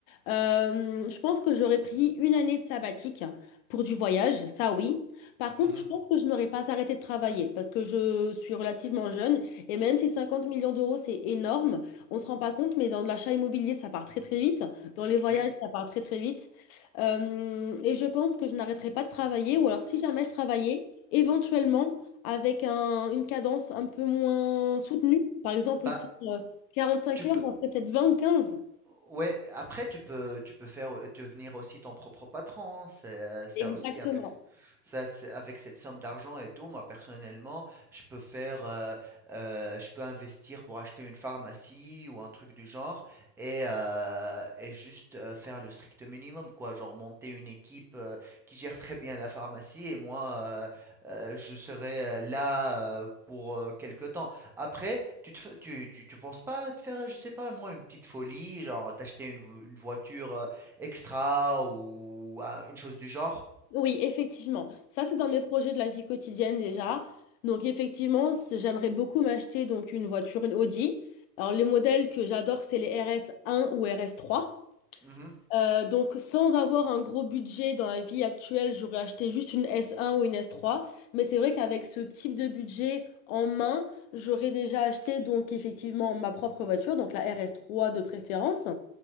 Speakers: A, on the left; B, in the centre.
A: Euh, je pense que j'aurais pris une année de sabbatique pour du voyage, ça oui. Par contre,
B: Mhm,
A: je pense que je n'aurais pas arrêté de travailler parce que je suis relativement jeune et même si 50 millions d'euros, c'est énorme, on ne se rend pas compte, mais dans l'achat immobilier, ça part très très vite. Dans les voyages,
B: oui,
A: ça part très très vite. Euh, et je pense que je n'arrêterai pas de travailler, ou alors si jamais je travaillais, éventuellement avec un- une cadence un peu moins soutenue. Par exemple, au
B: bah,
A: lieu de faire euh, 45
B: tu
A: heures,
B: peux,
A: j'en ferais peut-être 20 ou 15.
B: Ouais, après tu peux tu peux faire, heu, devenir aussi ton propre patron, hein, c'est euh, ça
A: Exactement.
B: aussi avec ce ça c'est avec cette somme d'argent et tout, moi personnellement, je peux faire, heu heu, je peux investir pour acheter une pharmacie ou un truc du genre et heu et juste, heu, faire le strict minimum quoi, genre monter une équipe, heu, qui gère très bien la pharmacie et moi, heu heu, je serai, heu, là, heu, pour, heu, quelque temps. Après, tu te fais tu tu tu penses pas à te faire, je sais pas moi, une petite folie, genre t'acheter une v une voiture, heu, extra ou un une chose du genre?
A: Oui, effectivement. Ça, c'est dans mes projets de la vie quotidienne déjà. Donc, effectivement, c- j'aimerais beaucoup m'acheter donc une voiture, une Audi. Alors, les modèles que j'adore, c'est les RS1 ou RS3.
B: Mmh
A: Euh, donc, sans avoir un gros budget dans la vie actuelle, j'aurais acheté juste une S1 ou une S3. Mais c'est vrai qu'avec ce type de budget en main, j'aurais déjà acheté donc effectivement ma propre voiture, donc la RS3 de préférence.